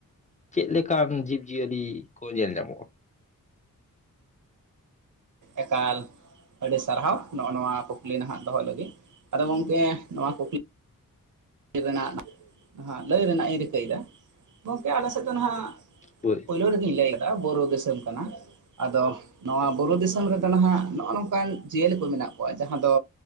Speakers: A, on the left; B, on the right.
A: ᱪᱮᱫ ᱞᱮᱠᱟᱱ ᱡᱤᱵᱽ ᱡᱤᱭᱟᱹᱞᱤ ᱠᱚ ᱧᱮᱞ ᱧᱟᱢᱚᱜᱼᱟ
B: ᱮᱠᱟᱞ ᱟᱹᱰᱤ ᱥᱟᱨᱦᱟᱣ ᱱᱚᱜᱼᱚᱭ ᱱᱚᱣᱟ ᱠᱩᱠᱞᱤ ᱱᱟᱦᱟᱜ ᱫᱚᱦᱚ ᱞᱟᱹᱜᱤᱫ ᱟᱫᱚ ᱜᱚᱝᱠᱮ ᱱᱚᱣᱟ ᱠᱩᱠᱞᱤ, ᱞᱟᱹᱭ ᱨᱮᱱᱟᱜ ᱞᱟᱹᱭ ᱨᱮᱱᱟᱜ ᱤᱧ ᱨᱤᱠᱟᱹᱭᱮᱫᱟ, ᱜᱚᱢᱠᱮ ᱟᱞᱮ ᱥᱮᱫ ᱫᱚ ᱱᱟᱦᱟᱜ,
A: ᱦᱳᱭ
B: ᱯᱳᱭᱞᱳ ᱨᱮᱜᱮᱧ ᱞᱟᱹᱭ ᱞᱮᱫᱟ ᱵᱩᱨᱩ ᱫᱤᱥᱚᱢ ᱠᱟᱱᱟ ᱟᱫᱚ ᱱᱚᱣᱟ ᱵᱩᱨᱩ ᱫᱤᱥᱚᱢ ᱨᱮᱫᱚ ᱱᱟᱦᱟᱜ ᱱᱚᱜᱼᱚᱭ ᱱᱚᱝᱠᱟ, ᱚᱱᱠᱟᱱ ᱡᱤᱭᱟᱹᱞᱤ ᱠᱚ ᱢᱮᱱᱟᱜ ᱠᱚᱣᱟ ᱡᱟᱸᱦᱟ ᱫᱚ